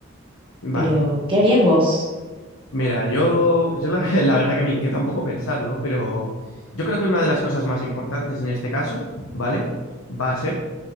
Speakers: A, on the left; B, on the right.
A: Vale,
B: Pero, ¿qué harías vos?
A: mira, yo, yo la, <laughs> la verdad que me inquieta un poco pensarlo, pero yo creo que una de las cosas más importantes en este caso, ¿vale? Va a ser